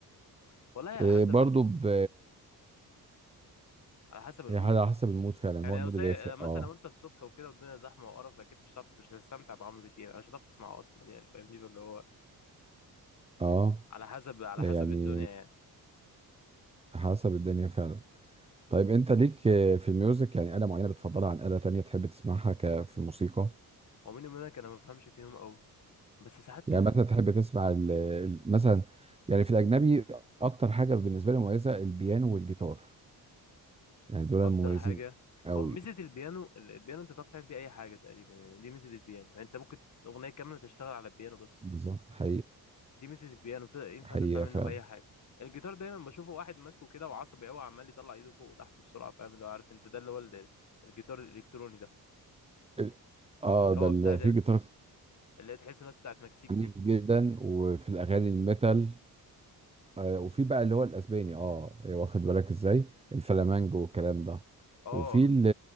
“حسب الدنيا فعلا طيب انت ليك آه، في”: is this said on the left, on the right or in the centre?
Right